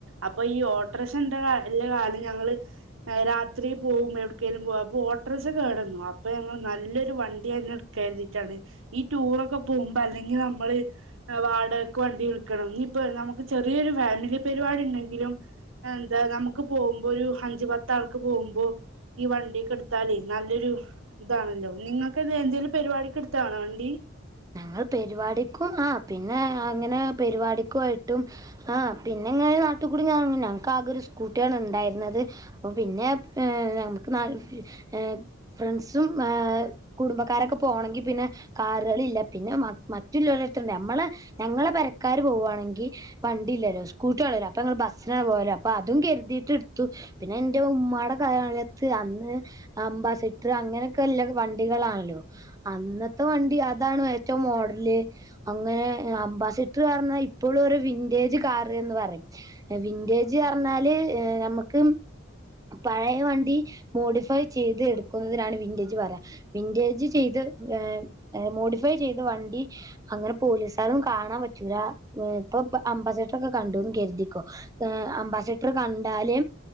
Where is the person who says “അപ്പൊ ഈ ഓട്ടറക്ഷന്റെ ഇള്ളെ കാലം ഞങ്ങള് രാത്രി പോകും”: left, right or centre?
Right